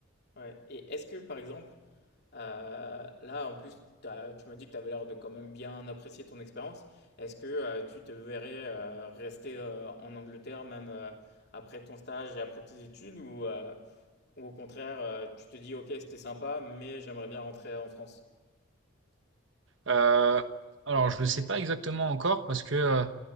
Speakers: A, on the left; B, on the right.
A: Ouais. Et est-ce que par exemple, euh, là en plus, t'as- tu m'as dit que tu avais l'air de quand même bien apprécier ton expérience, est-ce que euh, tu te verrais euh, rester euh, en Angleterre même euh, après ton stage et après tes études, ou, euh, Ou au contraire, euh, tu te dis, ok, c'était sympa, mais j'aimerais bien rentrer en France.
B: Heu, alors je ne sais pas exactement encore parce que, heu,